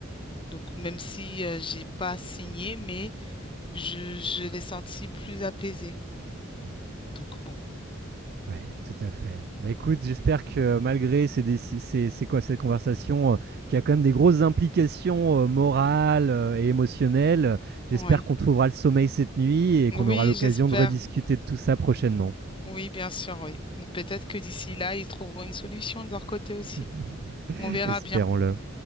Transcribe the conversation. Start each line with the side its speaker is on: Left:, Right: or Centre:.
Left: Donc, même si euh, j'ai pas signé, mais je, je l'ai senti plus apaisé.
Right: Mm.
Left: Donc bon,
Right: Ouais, tout à fait. Bah, écoute, j'espère que euh, malgré ces déci ces c'est quoi cette conversation, heu, qui a quand même des grosses implications, heu, morales, heu, et émotionnelles, heu, j'espère
Left: oui.
Right: qu'on trouvera le sommeil cette nuit et
Left: Oui,
Right: qu'on aura l'occasion
Left: j'espère.
Right: de rediscuter de tout ça prochainement.
Left: Oui, bien sûr, oui. Peut-être que d'ici là, ils trouveront une solution de leur côté aussi.
Right: <laughs>
Left: On verra
Right: Espérons-le.
Left: bien.